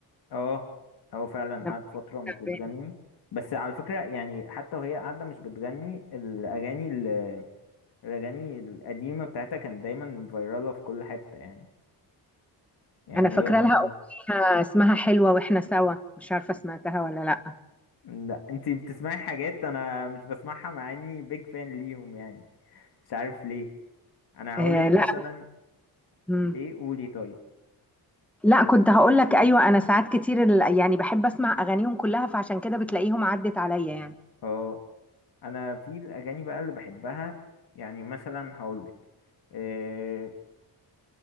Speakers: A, on the left (about 70°); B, in the centre.
A: اه هو فعلا
B: لما
A: قعدت فتره
B: كانت
A: مش بتغني
B: تعبانة.
A: بس على فكره يعني حتى وهي قاعده مش بتغني الاغاني ال- الاغاني القديمه بتاعتها كانت دايما فايراله في كل حته يعني يعني
B: انا فاكره
A: هي برضو
B: لها اغنيه اسمها حلوه واحنا سوا مش عارفه سمعتها ولا لا
A: لا انت بتسمعي حاجات انا مش بسمعها مع اني بيج فان ليهم يعني مش عارف ليه انا هقول
B: آه
A: لك
B: لا
A: مثلا
B: مم.
A: ايه قولي طيب
B: لا كنت هقول لك ايوه انا ساعات كتير ال- يعني بحب اسمع اغانيهم كلها فعشان كده بتلاقيهم عدت عليا يعني
A: اه انا في الاغاني بقى اللي بحبها يعني مثلا هقولك إيه